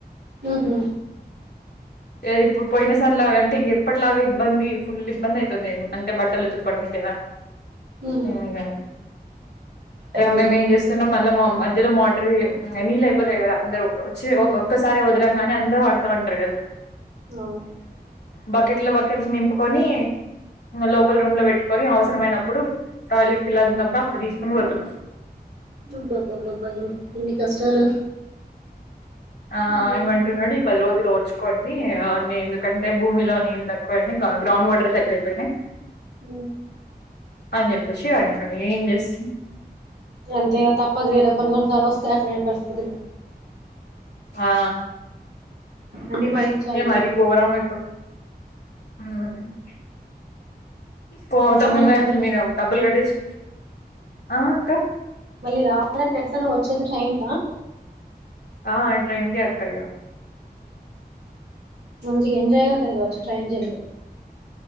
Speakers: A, on the right (about 80°); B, on the left (about 80°).
A: ఊ హు
B: ఏ ఇప్పుడు పోయిన సర్లాగా అంటే ఇగ అప్పట్లాగా ఇబ్బంది ఫుల్ ఇబ్బంది అవుతుంది అంటే బట్టలు ఉతుక్కకోవడానికి కదా
A: ఉహు
B: అదే గదా
A: అదేలే
B: మేము ఏం చేస్తున్నాం మళ్ళా మధ్యలో మోటర్ నీళ్ళు అయిపోతాయి కదా అందరు వచ్చి ఒ
A: ఉమ్
B: ఒక్కసారి వదలంగానే అందరు పడుతా ఉంటారు కదా
A: అవును
B: బకెట్లు బకెట్లు నింపుకొని లోపల్ రూమ్ లో పెట్టుకొని అవసరమైనప్పుడు టాయిలెట్ పిల్లలున్నాప్పుడు అప్పుడు తీసుకొన్పోత
A: బ్బా బ్బా బ్బా బ్బాఏన్ ఎన్ని కష్టాలు
B: ఆ
A: ఉమ్
B: ఏమంటున్నాడిప్ పది రోజులు ఒడ్చుకోండి అన్ని ఎందుకంటే, భూమిలో నీళ్ళు తక్కువైనాయ్ గ్రౌండ్ వాటర్ చక్క అయిపోయినాయి.
A: ఊ
B: అని చెప్పేసి అంటడు ఏం చేస్
A: అంతే ఇగ తప్పదు కాదా కొన్ని కొన్నిసార్లు వస్తాయి అట్లాంటి పరిస్థితులు
B: ఆ
A: అన్ని భరించాలి
B: ఇగ మారి
A: కదా
B: గోరమయిపో <unintelligible> పోతమ్
A: ఎట్లా మళ్ళీ
B: మేము
A: రా
B: మీరె డబ్బులు కట్టించు ఆ అక్క
A: మళ్ళీ రావాలని అంటే ఎట్ల నువ్ వచ్చేది ట్రైన్ కా
B: ఆ ట్రైన్ కే అక్కయ్య
A: మంచిగా ఎంజాయ్గా ఉంటాది కావచ్చు ట్రైన్ జర్నీ